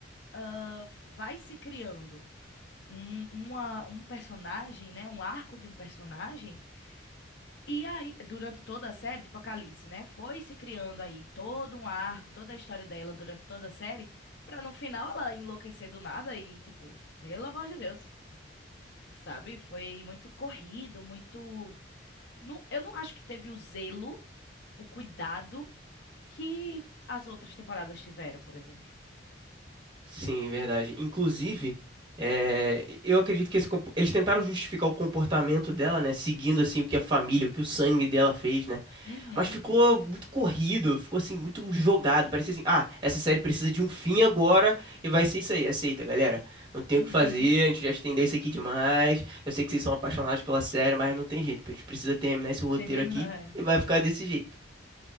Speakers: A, on the left; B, on the right.
A: ah, Vai se criando um, uma- um personagem, né? Um arco de um personagem E aí, durante toda a série, tipo a Calice, né? Foi se criando aí todo um arco, toda a história dela durante toda a série, pra no final ela enlouquecer do nada e, tipo, pelo amor de Deus, sabe? Foi muito corrido, muito. Não, eu não acho que teve o zelo, o cuidado que as outras temporadas tiveram, por exemplo.
B: Sim, verdade. Inclusive, é, eu acredito que esse compo- eles tentaram justificar o comportamento dela, né? Seguindo assim o que a família, o que o sangue dela fez, né?
A: Uhum,
B: Mas ficou muito corrido, ficou assim muito jogado. Parecia assim, ah, essa série precisa de um fim agora e vai ser isso aí. Aceita, galera. Não tem
A: uhum.
B: o que fazer. A gente já estendeu isso aqui demais. Eu sei que vocês são apaixonados pela série, mas não tem jeito. A gente precisa terminar esse roteiro
A: Termina.
B: aqui
A: é.
B: e vai ficar desse jeito.